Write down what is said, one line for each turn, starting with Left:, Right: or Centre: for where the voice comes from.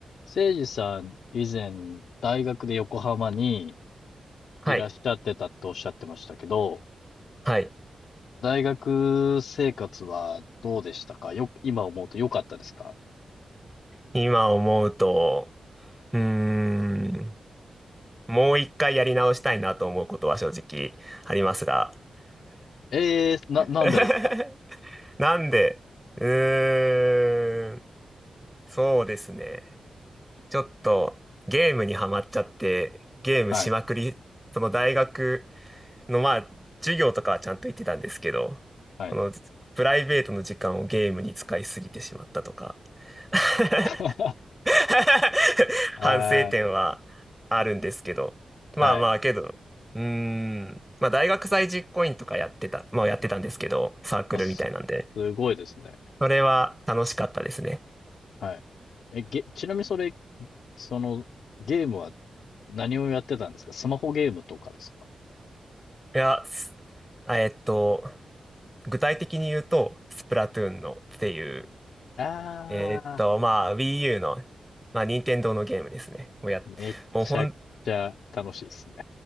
Left: せいじさん、以前、大学で横浜に
Centre: はい。
Left: いらっしゃってたっておっしゃってましたけど、
Centre: はい。
Left: 大学生活はどうでしたかよ、今思うと良かったですか
Centre: 今思うと、うーん、もう一回やり直したいなと思うことは正直ありますが。
Left: ええー、な、なんでですか
Centre: <laughs> なんで、うーん、そうですね。ちょっとゲームにはまっちゃって、ゲームしまくり、
Left: はい、
Centre: その大学のまあ、授業とかはちゃんと行ってたんですけど、
Left: はい。
Centre: このプライベートの時間をゲームに使いすぎてしまったとか。<laughs>
Left: <laughs>
Centre: <laughs>
Left: えー、
Centre: 反省点はあるんですけど。まあまあけど、
Left: はい。
Centre: うーん。まあ大学祭実行委員とかやってた、まあやってたんですけど、サークルみたいなんで。
Left: あ、す、すごいですね。
Centre: それは楽しかったですね。
Left: はい。え、げ、ちなみにそれ、その、ゲームは何をやってたんですかスマホゲームとかですか
Centre: いや、すあえっと、具体的に言うと、スプラトゥーンのっていう、
Left: ああ
Centre: えっと、まあ Wii U の、まあ任天堂のゲームですね。をやっ、
Left: ー、めちゃくちゃ楽しいですね。
Centre: もう本